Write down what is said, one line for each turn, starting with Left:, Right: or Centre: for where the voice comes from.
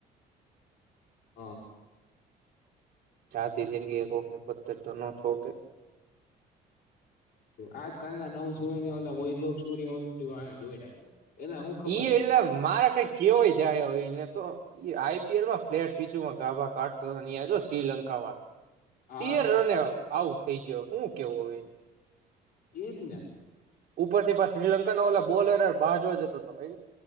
Left: હા
Right: આખી જિંદગી કોક ની પથ્થર તો નો ઠોકે.
Left: આજકાલના નવ જુવાનિયા ઓલા વૈભવ સૂર્યવંશી વાહે દોડ્યાં છે. એને હું ખબર
Right: ઈ એટલે મારે કઈ કેવાય જાય હો. આઈપીએલમાં ફલેટ પીચમાં ગાભા કાઢતો હતો અયા જો શ્રીલંકામાં
Left: હા
Right: તેર રને આઉટ. આઉટ થઈ ગયો શું કેવું હવે એને?
Left: એજ ને
Right: ઉપર થી પા શ્રીલંકા ના ઓલા બોલર બહાર જોવા જતો હતો એ